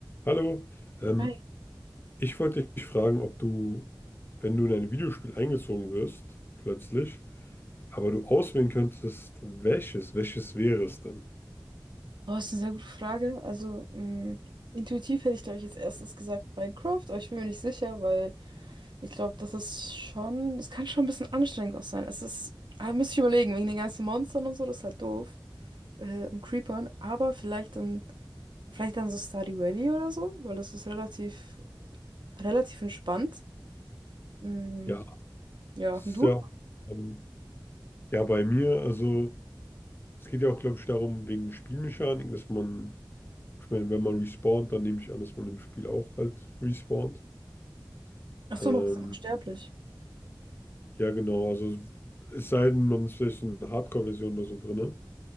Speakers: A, on the left (about 30°); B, on the right (about 70°).
A: Hallo, ähm,
B: Hi.
A: ich wollte dich fragen, ob du, wenn du in ein Videospiel eingezogen wirst, plötzlich, aber du auswählen könntest, welches, welches wäre es denn?
B: Oh, das ist eine sehr gute Frage. Also, mh, intuitiv hätte ich, glaube ich, als erstes gesagt Minecraft, aber ich bin mir nicht sicher, weil ich glaube, das ist schon, es kann schon ein bisschen anstrengend auch sein. Es ist, ah, müsste ich überlegen, wegen den ganzen Monstern und so, das ist halt doof. Äh, und Creepern, aber vielleicht dann, vielleicht dann so Stardew Valley oder so, weil das ist relativ, relativ entspannt. Mm,
A: Ja,
B: ja,
A: das
B: und
A: ist
B: du?
A: ja, ähm, ja bei mir, also. Es geht ja auch, glaube ich, darum, wegen Spielmechaniken, dass man, ich meine, wenn man respawnt, dann nehme ich an, dass man im Spiel auch halt respawnt.
B: Ach so,
A: Ähm,
B: man ist unsterblich.
A: ja, genau, also es sei denn, man ist vielleicht so eine Hardcore-Version oder so drin.